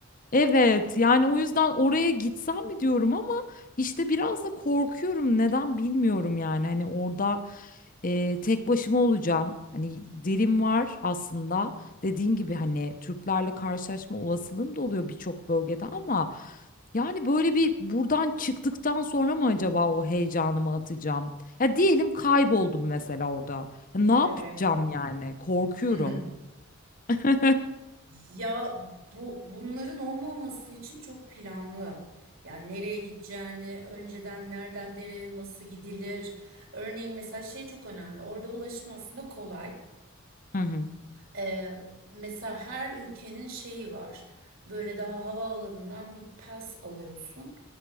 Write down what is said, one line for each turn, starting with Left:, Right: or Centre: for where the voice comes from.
Left: Evet yani o yüzden oraya gitsem mi diyorum ama işte biraz da korkuyorum neden bilmiyorum yani hani orada e, tek başıma olacağım hani dilim var aslında dediğin gibi hani Türklerle karşılaşma olasılığım da oluyor birçok bölgede ama yani böyle bir buradan çıktıktan sonra mı acaba o heyecanımı atacağım ya diyelim kayboldum mesela orada Ya ne yapacağım
Right: Evet.
Left: yani korkuyorum.
Right: <laughs>
Left: <laughs>
Right: Ya bu bunların olmaması için çok planlı. Yani nereye gideceğini, önceden nereden nereye nasıl gidilir. Örneğin mesela şey çok önemli. Orada ulaşım aslında kolay.
Left: Hı hı.
Right: Ee, mesela her ülkenin şeyi var. Böyle daha havaalanından bir pass alıyorsun.